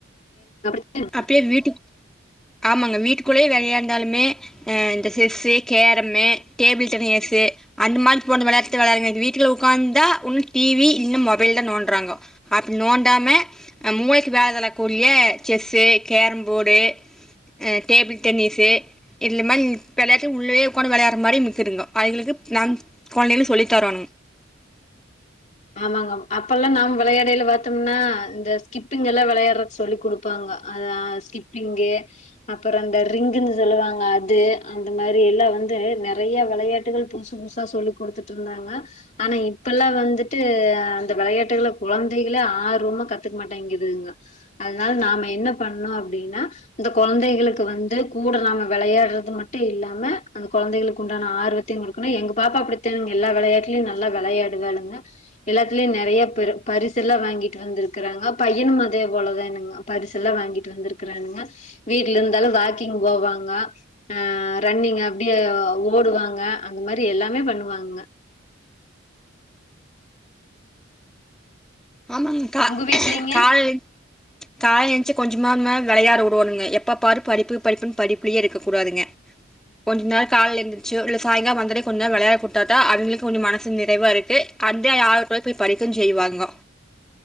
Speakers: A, on the left (about 35°); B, in the centre.
A: <inaudible>
B: அப்டியே வீட்டு ஆமாங்க வீட்டுக்குள்ளேயே வெளையான்டாலுமே அ இந்த செஸ்ஸு கேரம்மு டேபிள் டென்னிஸ்ஸு அந்த மாரி போன்ற வெளையாட்டு வெளாடுங்க இந்த வீட்ல உக்காந்தா ஒன்னு டிவி இல்லினா மொபைல் தா நோன்றாங்கோ அப்டி நோண்டாம அ மூளைக்கு வேலை தர கூடிய செஸ்ஸு கேரம் போடு அ டேபிள் டென்னிஸ்ஸு இதுல மாரி வெளையாட்டு உள்ளயே உக்காந்து வெளையாடுற மாரி நமக்கு இருங்குங்கோ அதுகளுக்கு நான் கொழந்தைக்கு சொல்லி தரோனும்
A: ஆமாங்கோ அப்பெல்லா வெளையாடைல பாத்தோம்னா இந்த ஸ்கிப்பிங் எல்லா வெளையாடுறதுக் சொல்லி குடுக் ப்பாங்கோ அத அ ஸ்கிப்பிங்கு அப்புறோ அந்த ரிங்குன் சொல்லுவாங்க அது அந்த மாரி எல்லா வந்து நறையா வெளையாட்டுகள் புதுசு புஸ் சா சொல்லி குடுத்துட்டு இருந்தாங்க ஆனா இப்பல்லா வந்துட் ட்டு அந்த வெளையாட்டுகள கொழந்தைகளே ஆர்வமா கத்துக்க மாட்டேங்குதுங்க அதனால நாம என்ன பண்ணோ அப்டின்னா இந்த கொழந்தைகளுக்கு வந்து கூட நாம வெளையாடுறது மட்டு இல்லாம அந்த கொழந்தைகளுக்கு உண்டான ஆர்வத் கொடுணும் எங்க பாப்பா அப்படித்துங்க எல்லா விளையாட்டுலும் நல்ல விளையாடு வாழுங்க எல்லாத்தலயும் நிறைய பரிசு எல்லா வாங்கிட்டு வந்திருக்கறாங்க பையனும் அதே போலதான்னங்க பரிசு எல்லா வாங்கிட்டு வந்திருக்கறானுங்க வீட்டுல இருந்தாலும் வாக்கிங் போவாங்க ஆ ரன்னிங் அப்படியே ஓடுவாங்க அந்த மாதிரி எல்லாமே பண்ணுவாங்க
B: ஆமாங்க கா
A: உங்க வீட்லீங்க
B: கால் காலைல எந்திச்சு கொஞ்ச விளையாட விடுவணுங்க எப்ப பாரு படிப்பு படிப்புன்னு படிப்புலேயே இருக்க கூடாதுங்க கொஞ்ச நாள் காலைல எழுந்துச்சு உள்ள சாயங்கால வந்த உடனே கொஞ்ச நேரம் விளையாட கொடுத்தா அவங்களுக்கு மனசு நிறைவா இருக்கு அதா அ ய போய் படிக்க செய்வாங்க